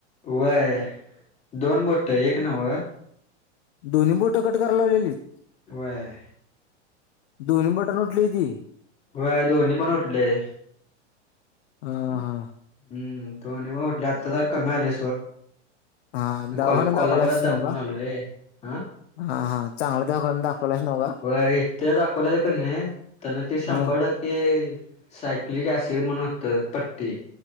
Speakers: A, on the left; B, on the left.
A: होय. दोन बोट एक नव्ह.
B: दोन्ही बोटं कट करायला लावलेलीत?
A: होय.
B: दोन्ही बोटांना उठलय ते?
A: होय. दोन्ही पण उठलय.
B: हा
A: हम्म.
B: हा
A: दोनि पण उठलय. आता जरा कमी आलय.
B: हा दवाखाना
A: कोल-कोल्हापरात
B: दाखवलास
A: दाखवून
B: नव का
A: आलोय रे हं
B: हा हा चांगला दवाखाना दाखवलास नव का
A: होय. इथ दाखवलेलं कणी त्यानं ते. शंभर
B: हा
A: टक्के सायक्लिक ऍसिड म्हणून होत पट्टी.